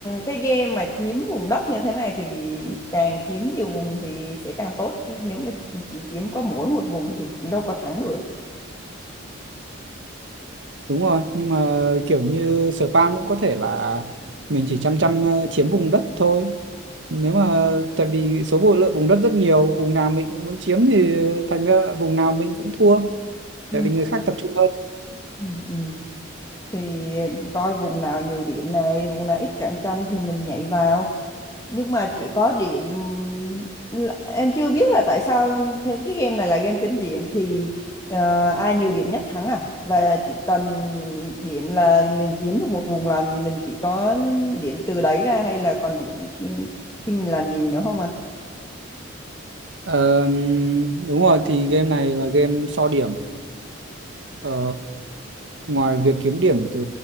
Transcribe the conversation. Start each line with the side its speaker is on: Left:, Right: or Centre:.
Left: cái game mà chiếm vùng đất như thế này thì càng chiếm nhiều vùng thì sẽ càng tốt chứ nếu mà chỉ chiếm có mỗi một vùng thì cũng đâu có thắng được.
Right: đúng rồi nhưng mà kiểu như spam cũng có thể là mình chỉ chăm chăm ờ, chiếm vùng đất thôi nếu mà tại vì số vụ lượng vùng đất rất nhiều vùng nào mình cũng muốn chiếm thì thành ra vùng nào mình cũng thua
Left: Ừ.
Right: tại vì người khác tập trung hơn
Left: Ừ. Ừ. Thì coi vùng nào nhiều điểm này, vùng nào ít cạnh tranh thì mình nhảy vào. nhưng mà chỉ có điểm là- em chưa biết là tại sao thế cái game này là game tính điểm thì ờ, ai nhiều điểm nhất thắng à và chỉ cần điểm là mình chiếm được một vùng là mình chỉ có điểm từ đấy ra hay là còn điểm khi khi mình làm gì nữa không anh
Right: Ờ, đúng rồi thì game này là game so điểm Ờ, ngoài việc kiếm điểm từ